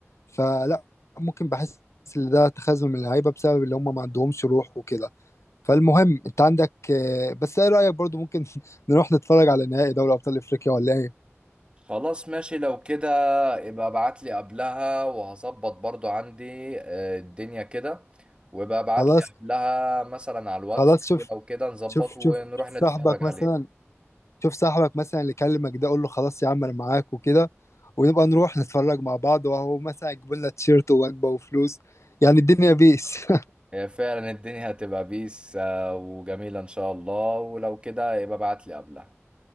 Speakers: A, on the left; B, on the right.
A: فلا ممكن بحس ان ده تخاذل من اللعيبه بسبب اللي هم ما عندهمش روح وكده فالمهم انت عندك آه، بس ايه رايك برضو ممكن <laughs> نروح نتفرج على نهائي دوري ابطال افريقيا ولا ايه
B: خلاص ماشي لو كده يبقى ابعت لي قبلها وهظبط برضو عندي آه، الدنيا كده ويبقى ابعت
A: خلاص
B: لي قبلها مثلا على الواتس
A: خلاص شوف
B: ولو كده نظبط
A: شوف
B: ونروح
A: شوف صاحبك
B: نتفرج
A: مثلا
B: عليه
A: شوف صاحبك مثلا اللي كلمك ده قول له خلاص يا عم انا معاك وكده ونبقى نروح نتفرج مع بعض وهو مثلا يجيب لنا تيشيرت ووجبه وفلوس يعني الدنيا بيس
B: هي فعلا الدنيا هتبقى بيس آه، وجميلة ان شاء الله ولو كده يبقى ابعت لي قبلها